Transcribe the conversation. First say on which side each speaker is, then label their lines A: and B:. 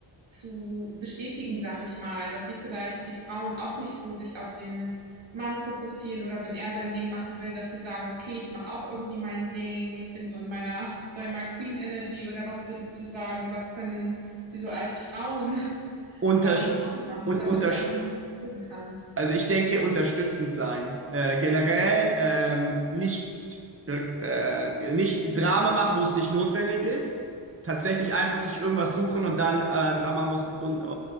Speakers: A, on the right (about 70°); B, on the right (about 30°).
A: zu bestätigen, sag ich mal, dass sie vielleicht die Frauen auch nicht so sich auf den Mann fokussieren oder wenn er sein Ding machen will, dass sie sagen, okay, ich mache auch irgendwie mein Ding, ich bin so in meiner, sag ich mal, Queen Energy oder was würdest du sagen, was können wir so als Frauen <laughs>
B: Unterst
A: da so machen,
B: und
A: damit
B: unterst
A: der Mann gucken kann?
B: Also ich denke, unterstützend sein. Äh, generell ähm, nicht, äh, nicht Drama machen, wo es nicht notwendig ist. Tatsächlich einfach sich irgendwas suchen und dann äh, Drama muss und äh,